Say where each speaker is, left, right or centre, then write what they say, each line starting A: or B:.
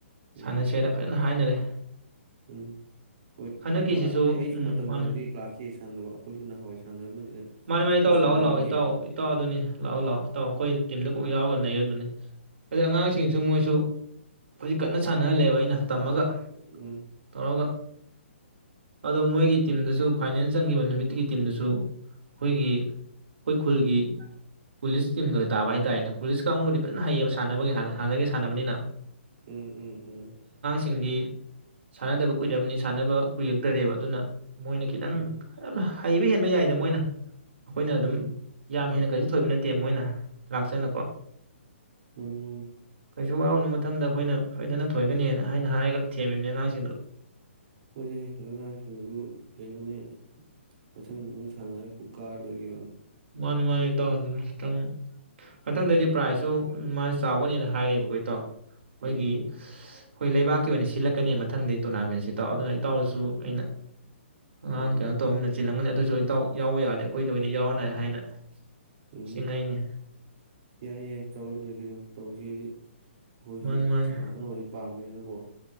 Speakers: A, on the right; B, on the right.
A: ꯎꯝ
B: ꯁꯥꯟꯅꯁꯦ ꯍꯥꯏꯗ ꯐꯖꯅ ꯍꯥꯏꯅꯔꯦ
A: ꯎꯝ ꯍꯣꯏ
B: ꯍꯟꯗꯛꯀꯤꯁꯤꯁꯨ
A: ꯑꯗꯨꯗꯤ ꯑꯩꯁꯨ
B: ꯎꯝ
A: ꯃꯇꯝ
B: ꯃꯥꯅꯦ
A: ꯐꯪꯉꯗꯤ ꯂꯥꯛꯈꯤ ꯁꯥꯟꯅꯕ ꯑꯩꯈꯣꯏꯁꯨ ꯅꯍꯥꯟꯋꯥꯏ ꯁꯥꯟꯅꯔꯝꯕꯅꯤꯅ
B: ꯃꯥꯅꯦ ꯃꯥꯅꯦ
A: ꯁꯨꯝ
B: ꯏꯇꯥꯎ
A: ꯁꯥꯟꯅꯅꯤꯡꯉꯦꯕ
B: ꯂꯥꯛꯑꯣ ꯂꯥꯛꯑꯣ ꯏꯇꯥꯎ ꯏꯇꯥꯎ ꯑꯗꯨꯅꯤ ꯂꯥꯛꯑꯣ ꯂꯥꯛꯑꯣ ꯏꯇꯥꯎ ꯑꯩꯈꯣꯏ ꯇꯤꯝꯗ ꯀꯣꯛ ꯌꯥꯎꯒ ꯅꯩꯗꯨꯅꯤ ꯑꯗꯩ ꯑꯉꯥꯡꯁꯤꯡꯁꯨ
A: ꯎꯝ
B: ꯃꯣꯏꯁꯨ ꯍꯧꯖꯤꯛ ꯀꯟꯅ ꯁꯥꯟꯅꯍꯜꯂꯦꯕ ꯑꯩꯅ ꯇꯝꯃꯒ
A: ꯎꯝ
B: ꯇꯧꯔꯒ ꯑꯗꯣ ꯃꯣꯏꯒꯤ ꯇꯤꯝꯗꯁꯨ ꯐꯥꯏꯅꯦꯜ ꯆꯪꯈꯤꯕ ꯅꯨꯃꯤꯠꯇꯨꯒꯤ ꯇꯤꯝꯗꯁꯨ ꯑꯩꯈꯣꯏꯒꯤ ꯑꯩꯈꯣꯏ ꯈꯨꯜꯒꯤ ꯄꯨꯂꯤꯁ ꯇꯤꯝꯒ ꯇꯥꯕ ꯍꯥꯏꯇꯥꯥꯔꯦꯅꯦ ꯄꯨꯂꯤꯁ ꯀꯥꯡꯕꯨ
A: ꯎꯝ
B: ꯐꯖ ꯍꯩꯌꯦꯕ ꯁꯥꯟꯅꯕꯒꯤ ꯍꯅ ꯍꯥꯟꯅꯗꯒꯤ ꯁꯥꯟꯅꯕꯅꯤꯅ
A: ꯎꯝ ꯎꯝ ꯎꯝ
B: ꯁꯤꯡꯗꯤ ꯁꯥꯟꯅꯗꯕ ꯀꯨꯏꯔꯔꯕꯅꯤ ꯁꯥꯟꯅꯕ ꯀꯨꯌꯦꯛꯇꯔꯦꯕ ꯑꯗꯨꯅ ꯃꯣꯏꯅ ꯈꯤꯇꯪ
A: ꯎꯝ
B: ꯌꯥꯝ ꯍꯩꯕ ꯍꯦꯟꯕ ꯌꯥꯏꯗ ꯃꯣꯏꯅ ꯑꯩꯈꯣꯏꯅ ꯑꯗꯨꯝ
A: ꯎꯝ
B: ꯌꯥꯝ ꯍꯦꯟꯅ ꯀꯩꯁꯨ ꯊꯣꯏꯕ ꯅꯠꯇꯦ ꯃꯣꯏꯅ ꯂꯥꯛꯁꯟꯕ
A: ꯃꯥꯅꯤ ꯃꯥꯅꯤ
B: <unintelligible> ꯋꯥꯎꯅ ꯃꯊꯪꯗ ꯑꯩꯈꯣꯏꯅ ꯁꯣꯏꯗꯅ ꯊꯣꯏꯒꯅꯤꯅ ꯍꯥꯏꯅ ꯍꯥꯏꯔꯒ ꯊꯦꯝꯃꯤꯕꯅꯤ ꯑꯉꯥꯡꯁꯤꯡꯗꯨꯣ
A: ꯍꯣꯏꯗꯤ ꯑꯉꯥꯡꯁꯤꯡꯗꯨ ꯀꯩꯅꯣꯅꯦ ꯑꯗꯨ ꯃꯊꯪ ꯁꯥꯟꯅꯔ ꯀꯥꯔꯗ ꯑꯣꯏꯒꯦ
B: ꯃꯥꯅꯤ ꯃꯥꯅꯤ ꯏꯇꯥꯎ ꯑꯗꯨꯅꯦ ꯈꯤꯇꯪ ꯃꯊꯪꯗꯩꯗꯤ
A: ꯍꯥꯏꯗꯤ
B: ꯄ꯭ꯔꯥꯏꯖꯁꯨ ꯎꯝ ꯃꯥꯅ ꯆꯥꯎꯅꯦꯅ ꯍꯥꯏꯔꯦꯕ ꯀꯣ ꯏꯇꯥꯎ ꯑꯩꯈꯣꯏꯒꯤ
A: ꯎꯝ ꯎꯝ
B: ꯍꯣꯏ ꯂꯩꯕꯥꯛꯀꯤ ꯑꯣꯏꯅ ꯁꯤꯜꯂꯛꯀꯅꯤ ꯃꯊꯪꯗ ꯇꯣꯔꯅꯥꯃꯦꯟꯁꯤ ꯏꯇꯥꯎ ꯑꯗꯨꯅ ꯏꯇꯥꯎꯔꯁꯨ ꯑꯩꯅ
A: ꯎꯝ
B: ꯑ ꯀꯩꯅꯣ ꯇꯧꯕ ꯆꯤꯂꯝꯒꯅꯤ ꯑꯗꯨꯁꯨ ꯏꯇꯥꯎ ꯌꯥꯎꯕ ꯌꯥꯔꯗꯤ ꯑꯩꯈꯣꯏꯗ ꯑꯣꯏꯅ ꯌꯥꯎꯌꯣꯅꯦ꯫ ꯍꯥꯏꯅ
A: ꯎꯝ
B: ꯆꯤꯡꯉꯛꯏꯅꯤ
A: ꯌꯥꯏ ꯌꯥꯏ ꯇꯧꯔ ꯂꯣꯏꯔꯦ ꯀꯩꯅꯣ ꯇꯧꯁꯦꯗꯤ ꯑꯩꯈꯣꯏꯁꯨ
B: ꯃꯥꯅꯤ ꯃꯥꯅꯤ
A: ꯁꯥꯟꯅ ꯈꯣꯠꯅꯕꯁꯦ ꯄꯥꯝꯕꯅꯤꯅꯀꯣ